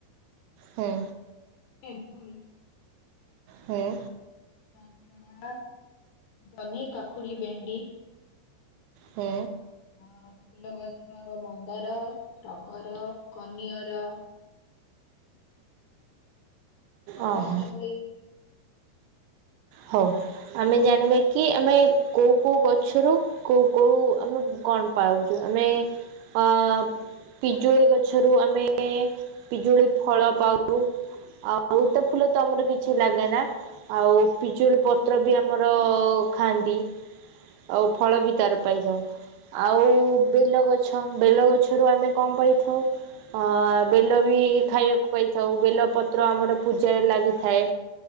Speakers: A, on the right; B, on the left.
A: ହୁଁ
B: ତେନ୍ତୁଳି।
A: ସେପ୍
B: ତାଛଡ଼ା ଜହ୍ନି, କାକୁଡ଼ି, ଭେଣ୍ଡି।
A: ହୁଁ।
B: ହଁ ଫୁଲଗଛର ମନ୍ଦାର, ଟଗର, କନିଅର। ଗଙ୍ଗଶିଉଳି
A: ଓହ ହଉ। ଆମେ ଜଣିବାକି ଆମେ କୋଉ କୋଉ ଗଛରୁ କୋଉ କୋଉ ଆମେ କଣ ପାଉଛୁ ଆମେ ହଁ ପିଜୁଳି ଗଛରୁ ଆମେ ପିଜୁଳି ଫଳ ପାଉ। ଆଉ ତ ଫୁଲ ତମର କିଛି ଲାଗେ ନା ଆଉ ପିଜୁଳି ପତ୍ର ବି ଆମର ଖାଆନ୍ତି ଆଉ ଫଳ ବି। ତାର ପାଇଥାଉ ଆଉ ବେଲଗଛ ବେଲଗଛରୁ ଆମେ କଣ ପାଇଥାଉ? ହଁ ବେଲ ବି ଖାଇବାକୁ ପାଇଥାଉ ବେଲ ପତ୍ର ଆମର ପୂଜାରେ ଲାଗିଥାଏ।